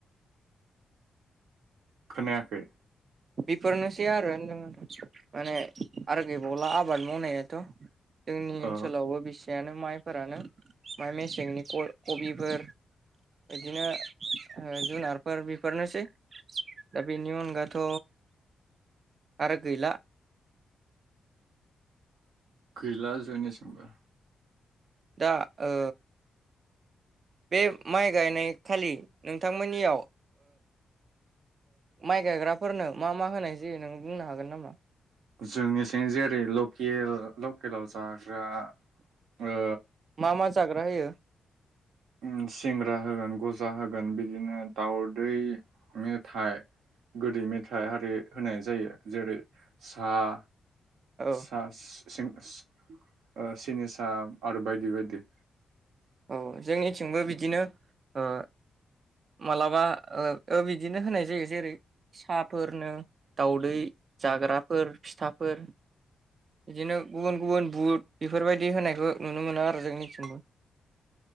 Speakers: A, on the right; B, on the right.
A: खोनायाखै।
B: बेफोरनोसै आरो होनदों माने आरो गैबावला आबाद मावनायाथ जोंनि
A: ओ
B: ओनसोलावबो बेसे फानो माइफोरानो माइ मेसेंनि खबिफोर बिदिनो जुनार फोर बेफोरनोसै। दा बेनि अनगा। थ आरो गैला।
A: खैला जयनिसिंबा
B: दा ओ बे माइ गायनायखालि नोंथांमोननियाव माइ गायग्राफोरनो मा मा होनाय जायो नों बुंनो हागोन नामा?
A: जोंनिथिं जेरै लकेल लकेलाव जा थ्रा ओ
B: मा मा जाग्रा होयो
A: ओम सिंग्रा होगोन गजा होगोन बिदिनो दाउदै मेथाइ गोदै मेथाइ आरि होनाय जायो जेरै साहा
B: औ
A: सा। सिं सि ओ सिनिसा आरो बायदि बायदि
B: औ जोंनिथिंबो बिदिनो ओ मालाबा ओ बिदिनो होनाय जायो जेरै- साहाफोरनो दाउदै जाग्राफोर फिथाफोर बिदिनो गुबुन गुबुन बुट बेफोरबायदि होनायखौ नुनो मोनो आरो जोंनिथिंबो।